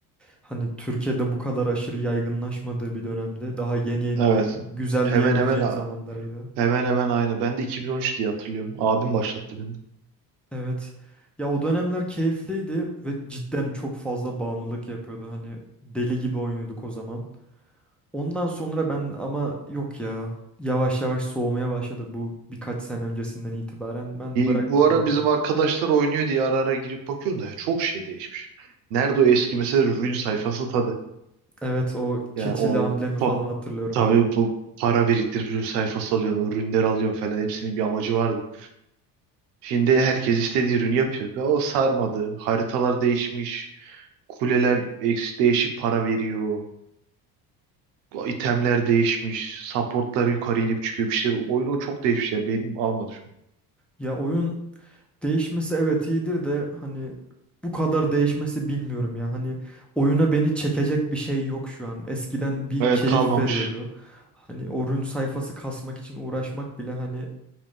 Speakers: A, in the centre; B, on the right (about 80°).
A: hani Türkiye'de bu kadar aşırı yaygınlaşmadığı bir dönemde daha yeni yeni
B: Evet.
A: oyunun güzel
B: Hemen
A: diyebileceğim
B: hemen
A: zamanlarıydı.
B: hemen hemen aynı. Ben de 2013 diye hatırlıyorum. Abim başlattı beni
A: Evet. Ya o dönemler keyifliydi ve cidden çok fazla bağımlılık yapıyordu. Hani deli gibi oynuyorduk o zaman. Ondan sonra ben ama yok ya. Yavaş yavaş soğumaya başladım bu birkaç sene öncesinden itibaren. Ben bıraktım
B: Bu ara
A: yani.
B: bizim arkadaşlar oynuyor diye ara ara girip bakıyorum da ya çok şey değişmiş. Nerede o eski mesela ürün sayfası tadı?
A: Evet o keçili
B: Yani o
A: amblemi falan
B: pa-
A: hatırlıyorum
B: tabii
A: ben.
B: bu para biriktirip ürün sayfası alıyorsun, o ürünleri alıyorsun falan hepsinin bir amacı vardı. Şimdi herkes istediği ürünü yapıyor ve o sarmadı. Haritalar değişmiş, kuleler eks- değişik para veriyor, itemler değişmiş, supportlar yukarı inip çıkıyor bir şeyler. Oyunu çok değişmiş ya benim almadı şu an.
A: Ya oyun Değişmesi evet iyidir de hani bu kadar değişmesi bilmiyorum ya. Hani oyuna beni çekecek bir şey yok şu an. Eskiden bir
B: Evet
A: keyif
B: kalmamış,
A: veriyordu. Hani oyun sayfası kasmak için uğraşmak bile hani